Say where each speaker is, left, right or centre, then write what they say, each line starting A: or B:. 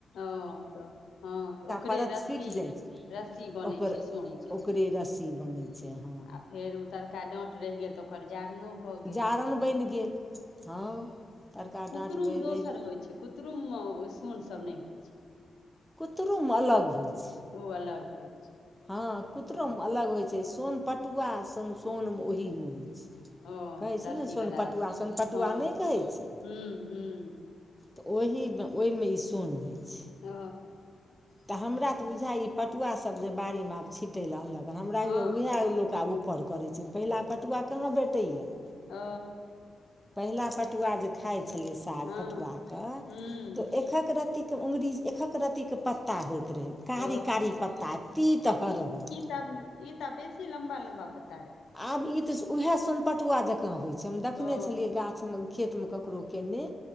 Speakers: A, on the left (about 85°); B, in the centre.
A: ओ तऽ हँ तऽ ओकरे
B: परत
A: रस्सी
B: सुखि जाइ छै
A: रस्सी बनै
B: ओकर
A: छै सोनके
B: ओकरे रस्सी बनै छै हँ
A: आ फेर उ तरका डाँट रहि गेल तऽ ओकर जारनो भऽ गेल
B: जारनि बनि गेल हँ तड़का
A: आ कुतुम
B: डाँट रहि गेल
A: दोसर होइत छै कुतुममे सोनसभ नहि होइत छै
B: कु्तरोम अलग होइ छै
A: ओ अलग होय छै
B: हँ कुतरोमे
A: हँ
B: अलग होइ छै सोन पटुआ सोन सोन ओहीमे होइ छै
A: ओ
B: कहै छलै
A: रस्सी
B: ने सोनपटुआ
A: वला
B: सोनपटुआ
A: हँ
B: नहि कहै छै
A: हुँ हुँ
B: तऽ ओहिमे ओहिमे ई सोन होइ छै
A: ओ
B: तऽ हमरा तऽ बुझा ई पटुआसभ जे बाड़ीमे आब छिटय लेलए अनलक ह हमरा
A: हँ
B: हइए उएह लोक आब उ ऊपर करै छै पहिला पटुआ कहाँ भेटैए
A: ओ
B: पहिला पटुआ जे खाइत छलियै साग
A: हँ
B: पटुआके
A: हुँ
B: तऽ एकक रत्ती के अँगुरी एकक रत्तीके पत्ता होइत रहै कारी
A: ओ
B: कारी पत्ता तीत हरहर
A: तब ई त बेसी लम्बा लम्बा पता
B: आब ई तऽ उएह सोनपटुआ जेका काँ होइ छै हम देखने
A: ओ
B: छलियै गाछमे खेतमे ककरो केयने